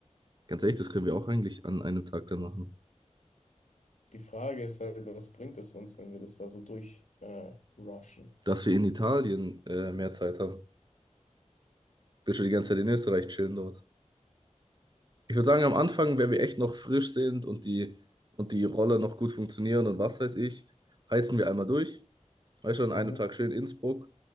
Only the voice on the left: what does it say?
Die Frage ist halt, was bringt es uns, wenn wir das da so durch äh, rushen?
Mhm.